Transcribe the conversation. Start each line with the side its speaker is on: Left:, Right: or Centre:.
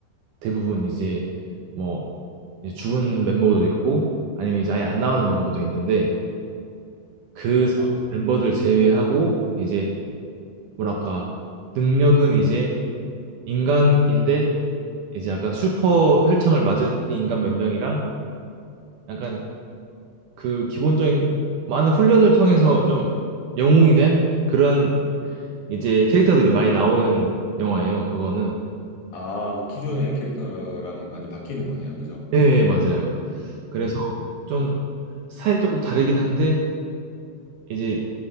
Right: 대부분 이제 뭐 이제 죽은 멤버도 있고 아니면 이제 아예 안 나오는 멤버도 있는데 그
Left: 아,
Right: 멤버들 제외하고 이제 뭐랄까 능력은 이제 인간인데 이제 약간 슈퍼 혈청을 맞은 그 인간 몇 명이랑 약간 그 기본적인 많은 훈련을 통해서 좀 영웅이 된 그런 이제 캐릭터들이 많이 나오는 영화예요. 그거는
Left: 아, 그 기존의 캐릭터랑은 완전 바뀌는 거네요, 그죠?
Right: 예 예, 맞아요. 그래서
Left: 음,
Right: 좀 스타일이 조금 다르긴 한데 이제